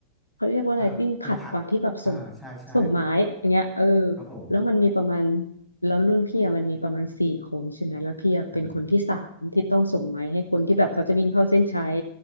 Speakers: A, on the left; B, in the centre.
A: เขาเรียกว่าอะไรวิ่งผลัดป่ะที่แบบส่ง
B: อ่าเป็นผัดอ่าใช่ใช่
A: ส่งไม้อย่างเงี้ยเออ
B: ครับผม
A: แล้วมันมีประมาณแล้วรุ่นพี่อะมันมีประมาณสี่คนใช่ไหมแล้วพี่อะเป็นคนที่สามที่ต้องส่งไม้ให้คนที่แบบเขาจะวิ่งเข้าเส้นชัย
B: อืม